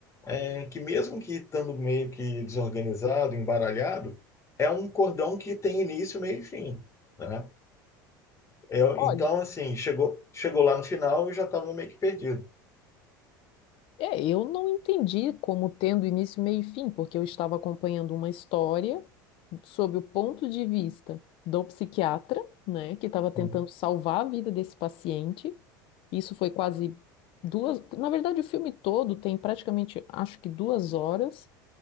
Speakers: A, on the left; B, on the left.
A: É, que mesmo que estando meio que desorganizado, embaralhado, é um cordão que tem início, meio e fim, né? Eu,
B: olha.
A: então, assim, chegou, chegou lá no final e já estava meio que perdido.
B: É, eu não entendi como tendo início, meio e fim, porque eu estava acompanhando uma história sob o ponto de vista do psiquiatra, né, que estava tentando
A: Hum.
B: salvar a vida desse paciente. Isso foi quase duas. Na verdade, o filme todo tem praticamente, acho que duas horas.